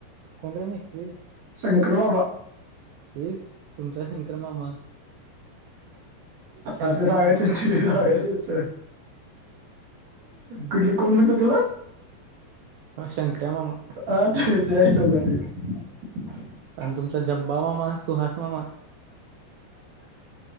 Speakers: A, on the right; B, on the right.
A: कोणत्या मिस्त्री.
B: <unintelligible>
A: <unintelligible> शंकर मामा शंकर्या
B: अजून हवेतच
A: मामा
B: <unintelligible> कुठले कोण म्हणत तुला?
A: हा शंकऱ्या मामा
B: <unintelligible>
A: आण तुमचा जमबामामा सुहासमामा